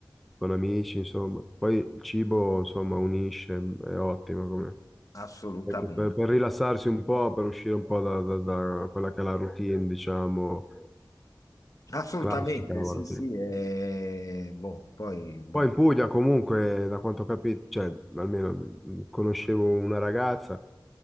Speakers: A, in the centre; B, on the left (about 45°).
A: con amici, insomma. Poi il cibo, insomma, unisce, è ottimo come...
B: assolutamente.
A: Perché per, per rilassarsi un po', per uscire un po' da, da- da quella che è la routine, diciamo,
B: Assolutamente,
A: classica lavorativa.
B: sì, sì, eh, boh, poi, boh.
A: Poi in Puglia comunque, da quanto ho capito, cioè almeno mh, conoscevo una ragazza